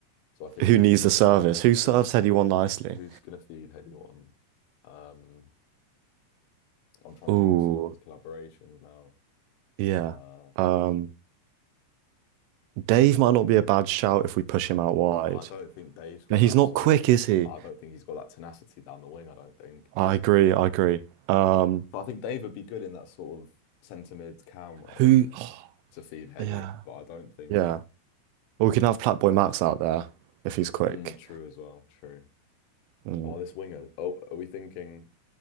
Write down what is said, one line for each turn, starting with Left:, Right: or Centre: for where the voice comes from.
Left: So I think
Right: Who
Left: we need
Right: needs
Left: some.
Right: the service? Who serves
Left: We,
Right: anyone nicely?
Left: who's going to feed Heady one? Um, I'm trying
Right: Ooh,
Left: to think of some of his collaborations now.
Right: yeah.
Left: Uh,
Right: Um, Dave might not be a bad shout if we push him out wide.
Left: I don't think Dave's got
Right: Now he's
Left: that
Right: not
Left: sort
Right: quick,
Left: of.
Right: is he?
Left: I don't think he's got that tenacity down the wing. I don't think.
Right: I agree, I agree. Um,
Left: But I think Dave would be good in that sort of centre mid cam role
Right: who? <sighs>
Left: to feed Heady.
Right: yeah,
Left: But I don't think.
Right: yeah. Or we can have Platboy Max out there if he's quick.
Left: Mm, true as well. True.
Right: Mm.
Left: Oh, this winger. Oh, are we thinking